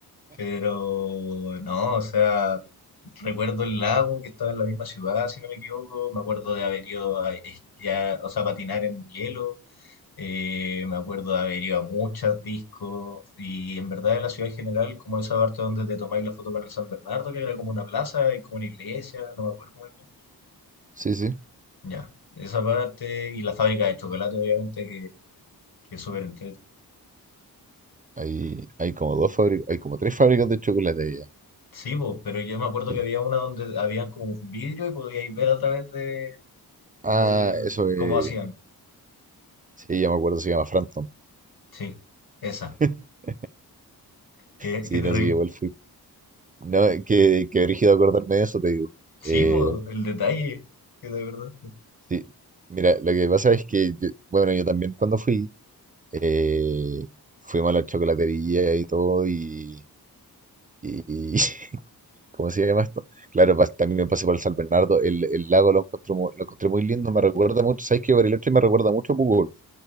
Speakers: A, on the left; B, on the right.
A: Pero no, o sea, recuerdo el lago que estaba en la misma ciudad, si no me equivoco. Me acuerdo de haber ido a esquiar, o sea, a patinar en hielo. Eh, me acuerdo de haber ido a muchos discos y en verdad de la ciudad en general, como esa parte donde te tomáis la foto con el San Bernardo, que era como una plaza y como una iglesia, no me acuerdo muy bien.
B: Sí, sí.
A: Ya, esa parte y la fábrica de chocolate, obviamente, que, que es súper entrete.
B: Hay, hay como dos fábricas, hay como tres fábricas de chocolate allá.
A: Sí, po, pero yo me acuerdo
B: Sí.
A: que había una donde habían como un vidrio y podíais ver a través de,
B: Ah,
A: del
B: eso es.
A: cómo hacían.
B: Sí, ya me acuerdo, se llama Frampton.
A: Sí, esa,
B: <laughs>
A: que,
B: Sí,
A: que te
B: no,
A: reí.
B: sí, igual fui. No, que, que brígido acordarme de eso, te digo.
A: Sí,
B: Eh,
A: po, el detalle, que de verdad.
B: sí, mira, lo que pasa es que, yo- bueno, yo también cuando fui, eh, fuimos a la chocolatería y todo, y, Y, <laughs> ¿cómo se llama esto? Claro, pas- también me pasé por el San Bernardo. El, el lago lo encuentro, mu- lo encontré muy lindo. Me recuerda mucho, ¿sabes qué? Bariloche me recuerda mucho a Pucón.